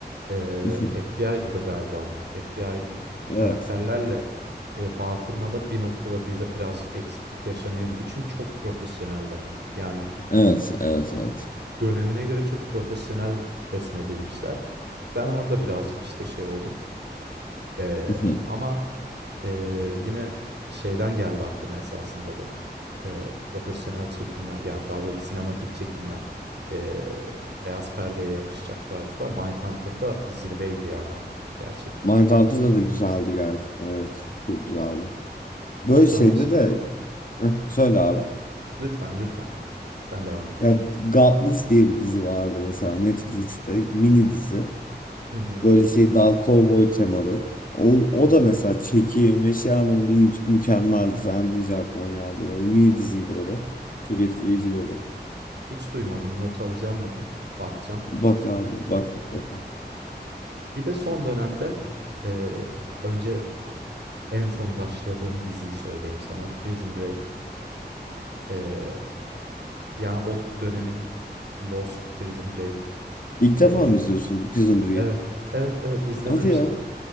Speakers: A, on the right; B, on the left.
A: eee,
B: <laughs>
A: FBI'dı da galiba onlar. FBI
B: Evet.
A: karakterlerle, eee, bağ kurmada bir noktada bize birazcık eksiklik yaşanıyor gibi. Çünkü çok profesyoneller. Yani
B: Evet, evet, evet.
A: dönemine göre çok profesyonel resmedilmişler. Ben orada birazcık, işte, şey oldum, Eee,
B: <laughs>
A: ama, eee, yine şeyden geldi aklıma esasında bu. Eee, profesyonel çekimler, yani, daha böyle sinematik çekimler, eee, beyaz perdeye yakışacak tarzda Mindhunter'da zirveydi, yani, o gerçekten.
B: Mindhunter'da da güzeldi gerçekten. Evet. Çok güzeldi. Böyle
A: Sana
B: şeyde
A: ş
B: de Heh, söyle abi.
A: Lütfen, lütfen. Sen devam et.
B: Ya Godless diye bir dizi vardı mesela Netflix'te mini dizi.
A: Hı hı.
B: Böyle şey daha kovboy temalı. O, o
A: Hı hı.
B: da mesela çekim ve şey anlamında mü mükemmeldi. Sen diyecek aklıma geldi. Böyle mini diziydi o da. Çok etkileyiciydi o da.
A: Hiç duymadım. Not alacağım bunu. Bakacağım.
B: Bak abi bak mutlaka.
A: Bir de son dönemde, eee, önce en son başladığım diziyi söyleyeyim sana. Prison Break, eee Ya o dönemin işte Lost, Prison Break,
B: İlk defa
A: eee,
B: mı izliyorsun Prison Break'i?
A: evet, evet, evet izlememiştim.
B: Hadi ya.